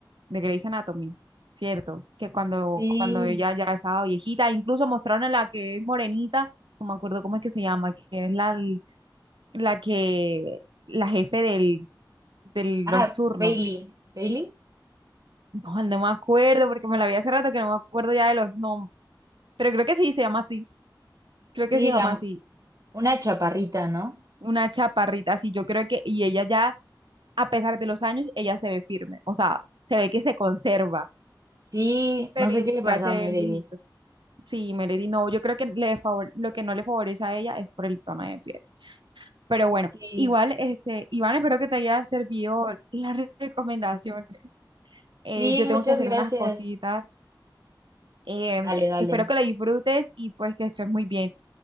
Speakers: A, on the right (about 85°); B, on the right (about 45°).
A: de Grey's Anatomy, ¿cierto? Que cuando,
B: Sí.
A: cuando ella ya estaba viejita, incluso mostraron a la que es morenita, no me acuerdo cómo es que se llama, que es la, la que, la jefe del, de
B: Ah,
A: los turnos.
B: Bailey, Bailey.
A: No, no me acuerdo, porque me la vi hace rato que no me acuerdo ya de los nombres. Pero creo que sí se llama así, creo que
B: Sí,
A: se llama
B: la
A: así,
B: una chaparrita, ¿no?
A: una chaparrita así, yo creo que, y ella ya, a pesar de los años, ella se ve firme, o sea, se ve que se conserva,
B: Sí,
A: pero
B: no sé qué le
A: igual
B: pasó
A: se
B: a Meredith.
A: ven viejitos. Sí, Melody, no, yo creo que le favor- lo que no le favorece a ella es por el tono de piel. Pero bueno,
B: Sí.
A: igual, este, Iván, espero que te haya servido la re- recomendación. Eh,
B: Sí,
A: yo tengo
B: muchas
A: que hacer
B: gracias.
A: unas cositas. Em,
B: Dale, dale.
A: espero que la disfrutes y pues que estés muy bien.